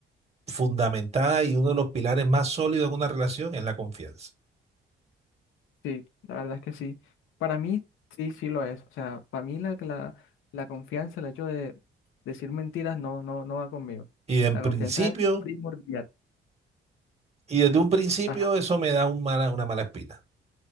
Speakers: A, on the right; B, on the left.
A: fundamentada y uno de los pilares más sólidos de una relación es la confianza.
B: sí, la verdad es que sí, para mí sí, sí lo es, o sea, para mí la, la, la confianza, el hecho de decir mentiras no, no, no va conmigo,
A: Y en
B: la
A: principio,
B: confianza es primordial,
A: y desde un principio,
B: ajá,
A: eso me da un mala- una mala espina.